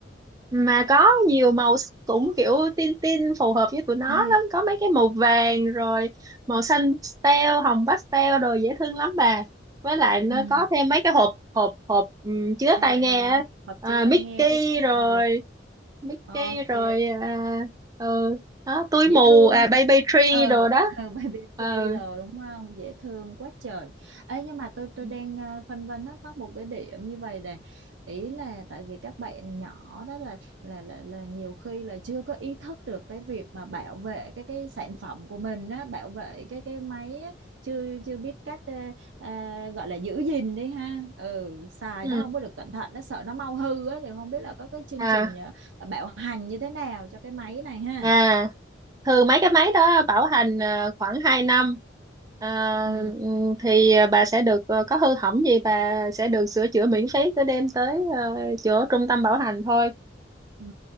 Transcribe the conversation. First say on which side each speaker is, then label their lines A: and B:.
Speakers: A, on the right; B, on the right.
A: Mà có nhiều màu s- cũng kiểu tin tin phù hợp với tụi nó
B: à
A: lắm có mấy cái màu vàng rồi màu xanh pastel hồng pastel đồ dễ thương lắm bà với lại nó
B: Ừ.
A: có thêm mấy cái hộp hộp hộp ừm, chứa
B: à
A: tai nghe á
B: hộp
A: à,
B: chứa tai
A: Mickey
B: nghe cái cái-
A: rồi
B: ờ
A: Mickey
B: Ok.
A: rồi à, ừ đó túi
B: dễ
A: mù
B: thương
A: à,
B: ha.
A: baby tree
B: ừ,
A: đồ đó
B: ừ <laughs> baby
A: ừ
B: thriller đúng không dễ thương quá trời ấy nhưng mà tôi
A: Ừ.
B: tôi đang à, phân vân thắc mắc một cái điểm như vậy này ý là tại vì các bạn nhỏ đó là là là, là nhiều khi là chưa có ý thức được cái việc mà bảo vệ cái cái sản phẩm của mình á bảo vệ cái cái máy á chưa chưa biết cách à, à, gọi là giữ gìn đi ha ừ xài
A: ừ
B: nó không có được cẩn thận nó sợ nó mau hư á thì không biết là có cái chương
A: à
B: trình à, bảo hành như thế nào cho cái máy này ha
A: à thường mấy cái máy đó bảo hành ờ, khoảng hai năm Ờ,
B: ừ
A: ừm, thì ờ, bà sẽ được ờ, có hư hỏng gì bà sẽ được sửa chữa miễn phí cứ đem tới ờ, chỗ trung tâm bảo hành thôi
B: Ừ,